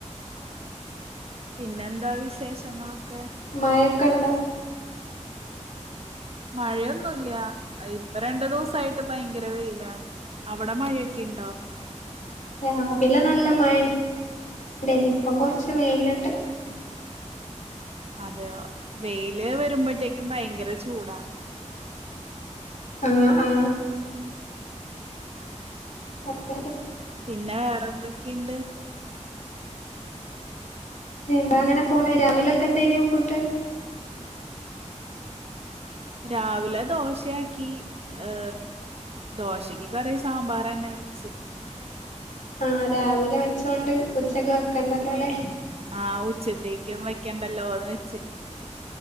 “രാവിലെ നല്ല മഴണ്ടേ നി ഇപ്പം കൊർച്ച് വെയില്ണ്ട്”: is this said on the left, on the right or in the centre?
Left